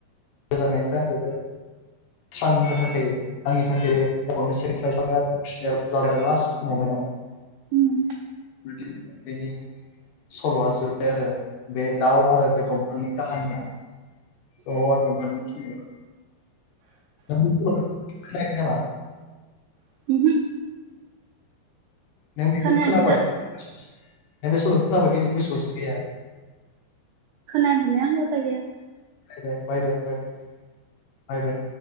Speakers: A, on the left; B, on the right.
A: गोजांनायनिफ्राय आंखौ स्रां होनो थाखाय आंनि थाखाय गावबावनो सेक्रिफाइस लाया एसनेल ज <unintelligible> <inaudible> जादों लास्ट ममेन्टाव
B: उम
A: <unintelligible> नि सल'आ जोब्बाय आरो बे दाउ आरो बे दंफांनि काहानिया <unintelligible> <unintelligible> खोनायाखै नामा
B: ओमहो
A: नों बेखौ
B: खोनायाखै
A: खोनाबा
B: दा
A: नों बे सल'खौ खोनाबा खिन्थु <unintelligible> गोसोआवसो गैया
B: खोनल <unintelligible> बा गैया
A: बाय बाय बाय बाय बाय